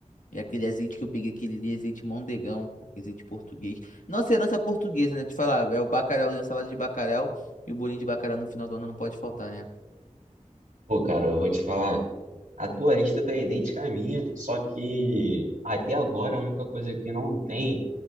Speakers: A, on the left (about 75°); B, on the right (about 80°).
A: E aquele azeite que eu peguei, aquele ali, azeite mondegão, pô, azeite português. Nossa herança é portuguesa, né? Te falar, é o bacalhauzinho, a salada de bacalhau e o bolinho de bacalhau no final do ano não pode faltar, né?
B: Pô, cara, eu vou te falar. A tua lista tá idêntica à minha, só que até agora a única coisa que não tem,